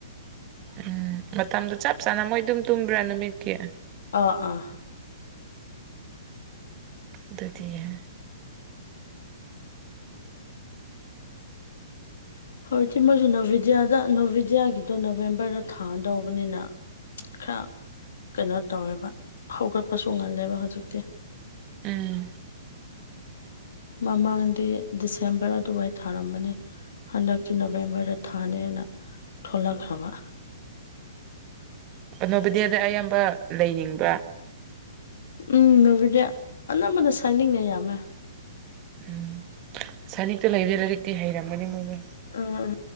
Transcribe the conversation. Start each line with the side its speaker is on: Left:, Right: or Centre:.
Right: ꯎꯝ ꯃꯇꯝꯗꯨ ꯆꯞ ꯆꯥꯅ ꯃꯣꯏ ꯑꯗꯨꯝ ꯇꯨꯝꯕ꯭ꯔꯥ ꯅꯨꯃꯤꯠꯀꯤ
Left: ꯑꯥ ꯑꯥ
Right: ꯑꯗꯨꯗꯤꯅꯦ
Left: ꯍꯧꯖꯤꯛꯇꯤ ꯃꯣꯏꯁꯨ ꯅꯣꯚꯦꯗꯤꯌꯥꯗ ꯅꯣꯚꯦꯗꯤꯌꯥꯒꯤꯗꯣ ꯅꯣꯕꯦꯝꯕꯔꯗ ꯊꯥꯗꯧꯕꯅꯤꯅ ꯈꯔ ꯀꯩꯅꯣ ꯇꯧꯋꯦꯕ ꯍꯧꯒꯠꯄꯁꯨ ꯉꯜꯂꯦꯕ ꯍꯧꯖꯤꯛꯇꯤ
Right: ꯎꯝ
Left: ꯃꯃꯥꯡꯗꯤ ꯗꯤꯁꯦꯝꯕꯔ ꯑꯗꯨꯋꯥꯏ ꯊꯥꯔꯝꯕꯅꯤ ꯍꯟꯗꯛꯇꯤ ꯅꯣꯕꯦꯝꯕꯔꯗ ꯊꯥꯅꯦꯅ ꯊꯣꯛꯂꯛꯈ꯭ꯔꯕ
Right: ꯅꯣꯚꯣꯗꯤꯌꯥꯗ ꯑꯌꯥꯝꯕ ꯂꯩꯅꯤꯡꯕ꯭ꯔꯥ
Left: ꯎꯝ ꯅꯣꯚꯣꯗꯤꯌꯥ ꯑꯅꯝꯕꯅ ꯁꯥꯏꯅꯤꯛꯅ ꯌꯥꯝꯃꯦ
Right: ꯎꯝ ꯁꯅꯤꯛꯇ ꯂꯩꯔꯦ ꯂꯥꯏꯔꯤꯛꯇꯤ ꯍꯩꯔꯝꯒꯅꯤ ꯃꯣꯏꯗꯨ
Left: ꯎꯝ